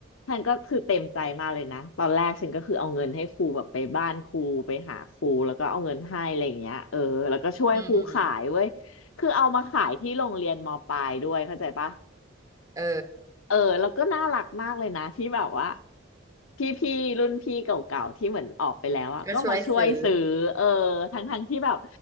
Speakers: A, on the left (about 85°); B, on the right (about 15°).
A: ฉันก็คือเต็มใจมากเลยนะตอนแรกฉันก็คือเอาเงินให้ครูแบบไปบ้านครูไปหาครูแล้วก็เอาเงินให้อะไรอย่างเงี้ยเออแล้วก็ช่วยครูขายเว้ย
B: อืม
A: คือเอามาขายที่โรงเรียนมปลายด้วยเข้าใจปะ
B: เออ
A: เออแล้วก็น่ารักมากเลยนะที่แบบว่าพี่พี่รุ่นพี่เก่าๆที่เหมือนออกไปแล้วอะก็มาช่วยซื้อเออทั้งทั้งที่แบบ
B: ก็ช่วยซื้อ